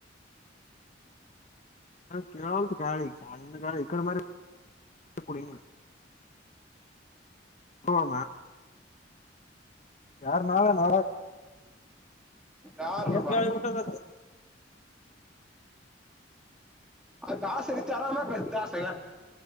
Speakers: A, on the left (about 40°); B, in the centre.
A: ಕೆ ಖಳಿ ಚ್ಣ ಇಡೆ ಮ ಕುಡಿ ಹಾಮಾ ಯಾರ ನಾಾವ ನ
B: ಯಾರ್ಲವ
A: ಭ ಎ ಗಾಳ ಉಟ ಹ
B: ಅದ ಆಸೆ ಹೆಚ್ಚ ಆರಾಮಾ ಆಸೆಗ